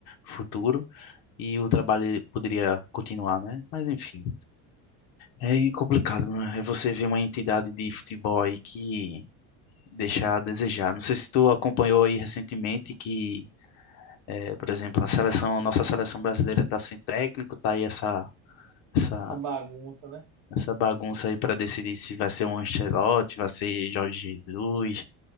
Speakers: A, on the left; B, on the right.
A: futuro e o trabalho poderia continuar, né? Mas enfim. É complicado, né? É você ver uma entidade de futebol aí que deixa a desejar. Não sei se tu acompanhou aí recentemente que, eh, por exemplo, a seleção, nossa seleção brasileira tá sem técnico, tá aí essa essa
B: Essa bagunça, né?
A: essa bagunça aí para decidir se vai ser o Ancelotti, vai ser Jorge Jesus,